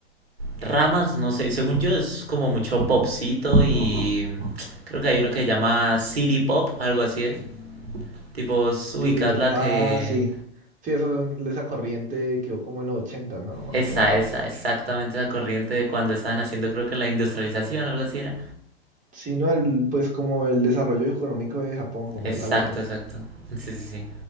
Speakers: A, on the right; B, on the right.
A: Ramas, no sé, según yo es como mucho popcito y creo que hay uno que se llama City Pop, algo así es. Tipo, vos ubicás
B: City Pop.
A: la
B: Ah,
A: que...
B: sí. Sí, eso, esa corriente quedó como en los 80, ¿no? Más
A: Esa,
B: o menos.
A: esa, exactamente esa corriente de cuando estaban haciendo creo que la industrialización, algo así era.
B: Sí, ¿no? El, pues como el desarrollo económico de Japón, como
A: Exacto,
B: el auge.
A: exacto. Sí, sí, sí.